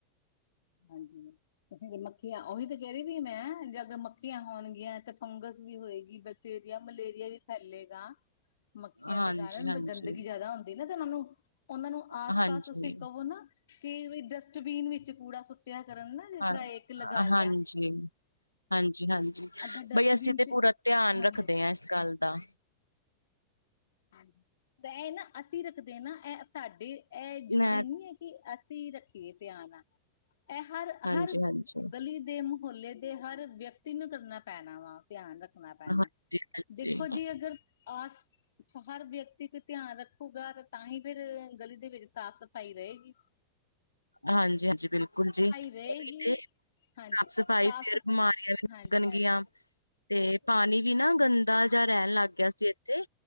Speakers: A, on the left; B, on the left.
A: ਹਾਂਜੀ। ਮੱਖੀਆਂ ੳਹੀ ਤਾਂ ਕੈ ਰੀ ਵੀ ਮੈਂ ਜੇਗਰ ਮੱਖੀਆਂ ਹੋਨਗੀਆਂ ਤੇ ਫੰਗ਼ਸ ਵੀ ਹੋਏਗੀ ਬ ਡੇਰੀਆ ਮਲੇਰੀਆ ਵੀ ਫੈਲੇਗਾ। ਮੱਖੀਆਂ
B: ਹਾਂਜੀ,
A: ਦੇ ਕਾਰਨ
B: ਹਾਂਜੀ,
A: ਗੰਦਗੀ ਜਾਦਾ ਹੁੰਦੀ ਨਾ ਤੇ ੳਨਾਂ ਨੂੰ। ੳਨਾਂ ਨੂੰ ਆਸ-ਪਾਸ
B: ਹਾਂਜੀ
A: ਤੁਸੀਂ ਕਵੋ ਨਾ, ਕਿ ਡਸਟਬੀਨ ਵਿੱਚ ਕੂੜਾ ਸੁੱਟਿਆ ਕਰਨ ਨਾ ਜਿਸ
B: ਹਾਂ
A: ਤਰ੍ਹਾਂ ਇੱਕ ਲਗਾ ਲਿਆ
B: ਹਾਂਜੀ। ਹਾਂਜੀ-ਹਾਂਜੀ
A: ਅਗਰ ਡਸਟਬਿਨ
B: ਭਈ ਅਸੀਂ ਤੇ
A: ਚ
B: ਪੂਰਾ ਧਿਆਨ
A: ਹਾਂਜੀ
B: ਰੱਖਦੇ ਆਂ ਇਸ ਗੱਲ ਦਾ।
A: ਹਾਂਜੀ ਤਾਂ ਏ ਨਾ ਅਸੀਂ ਰੱਖਦੇ ਆਂ ਨਾ ਐ ਸਾਡੇ ਐ ਜ਼ਰੂਰੀ
B: ਮੈਂ
A: ਨੀ ਏ। ਕਿ ਅਸੀਂ ਰੱਖੀਏ ਧਿਆਨ ਐ ਹਰ-ਹਰ
B: ਹਾਂਜੀ, ਹਾਂਜੀ,
A: ਗਲੀ ਦੇ ਮੁ ਮੁਹੱਲੇ ਦੇ ਹਰ ਵਿਅਕਤੀ ਨੂੰ ਕਰਨਾ ਪੈਨਾ ਵਾ ਧਿਆਨ ਰੱਖ ਨਾ
B: ਹਾਂਜੀ,
A: ਪੈਨਾ।
B: ਹਾਂਜੀ,
A: ਦੇਖੋ ਜੀ ਅਗਰ ਆਸ ਹਰ ਵਿਅਕਤੀ ਕੋ ਧਿਆਨ ਰੱਖੂਗਾ ਤਾਂ ਹੀ ਫੇਰ ਗਲੀ ਦੇ ਵਿੱਚ ਸਾਫ਼ ਸਫ਼ਾਈ ਰਏਗੀ। <inaudible>
B: ਹਾਂਜੀ-ਹਾਂਜੀ ਬਿਲਕੁਲ ਜੀ।
A: ਰਹੇਗੀ
B: ੳਈ ਤੇ
A: ਹਾਂਜੀ
B: ਸਾਫ਼ ਸਫ਼ਾਈ
A: ਸਾਫ਼
B: ਫੇਰ
A: ਸ
B: ਬਿਮਾਰੀਆਂ ਵੀ ਨੀ
A: ਹਾਂਜੀ
B: ਲੱਗਨ
A: ਹਾਂਜੀ
B: ਗੀਆਂ। ਤੇ ਪਾਨੀ ਵੀ ਨਾ ਗੰਦਾ
A: ਹਾਂਜੀ
B: ਜਾਂ ਰੈਨ ਲੱਗ ਗਿਆ ਸੀ ਏੱਥੇ,